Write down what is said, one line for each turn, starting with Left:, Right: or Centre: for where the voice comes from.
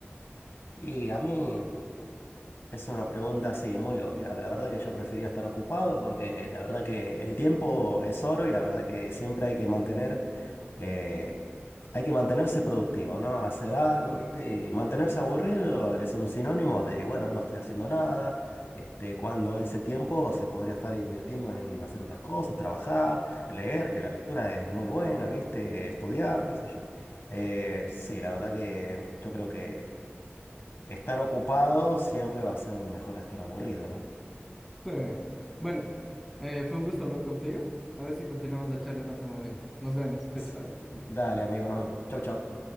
Left: Y a mí. Es una pregunta, sí, muy obvia. La verdad que yo prefería estar ocupado porque la verdad que el tiempo es oro y la verdad que siempre hay que mantener, eh, hay que mantenerse productivo, ¿no? Hacer algo, ¿viste? Y mantenerse aburrido es un sinónimo de, bueno, no estoy haciendo nada, este, cuando ese tiempo se podría estar invirtiendo en hacer otras cosas, trabajar, leer, que la lectura es muy buena, ¿viste? Estudiar, qué sé yo. Eh, sí, la verdad que yo creo que... Estar ocupado siempre va a ser mejor a estar aburrido, ¿no?
Centre: Sí. Bueno, eh, fue un gusto hablar contigo. A ver si continuamos la charla en otro momento. Nos vemos. Chao,
Left: <laughs>
Centre: chao.
Left: Dale, amigo, nos vemos. Chau, chau.